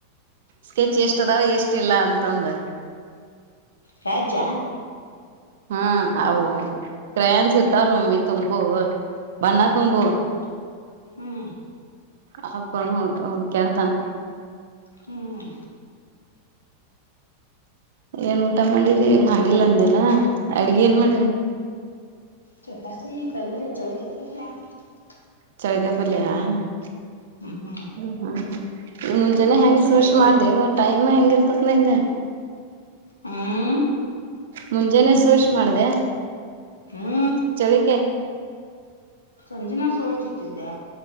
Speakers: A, on the right; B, on the left.
A: ಸ್ಕೆಚ್ ಎಷ್ಟಿದಾವ ಎಷ್ಟಿಲ್ಲ ಅಂತಂದು.
B: ಹೇಜ್ಜಾ
A: ಹ್ಮ ಅವು ಕ್ರಯನ್ಸ್ ಇರ್ತವಲ್ ಮಮ್ಮಿ ತುಂಬವು. ಬಣ್ಣ ತುಂಬು.
B: ಹ್ಮ್ ಹ್ಮ್.
A: ಆ ಕ ಹ ಹ ಕೆಳ್ತಾನ.
B: ಹ್ಮ್.
A: ಏನ್ ಊಟ ಮಾಡಿರಿ ಮಾಡಿಲ್ಲ ಅಂದ್ಯಲ್ಲ ಅಡ್ಗಿ ಏನ್ ಮಾಡ್ರಿ.
B: ಚಪಾತಿ ಪಲ್ಯ ಚವಳಿಕಯಿಐಞಙ ಕೆಪ್ಪ
A: ಚಳಕಾಯಿ ಪಲ್ಯ ಹ್ಮ
B: ಹ್ಮ್
A: ಹ್ಮ ಹ್ಮ ಮುಂಜಾನೆ ಹೆಂಗ್
B: ಬರ್ತೀರೇನ್
A: ಸ್ವಶ್ ಮಾಡದೆ
B: ಊಟಕ್ಕೆ
A: ಬಟ್ ಆಯಮ್ಮ ಹೆಂಗ ಇರ್ತತಿ. ನಿಂಗಾ.
B: ಹ್ಮ್
A: ಮುಂಜಾನೆ ಸ್ವಿಷ್ ಮಾಡ್ದೆ.
B: ಹ್ಮೂ.
A: ಚಳಿಕೆ.
B: ಸಂಜಿನಾ ಸೋಚಿಚಿಟ್ಟಿದ್ದೆ.